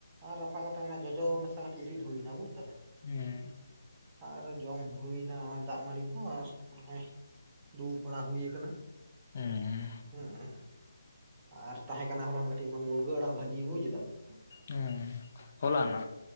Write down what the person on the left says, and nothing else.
ᱦᱩᱸ
ᱦᱩᱸ
ᱦᱮᱸ ᱦᱚᱞᱟᱱᱟᱜ ᱾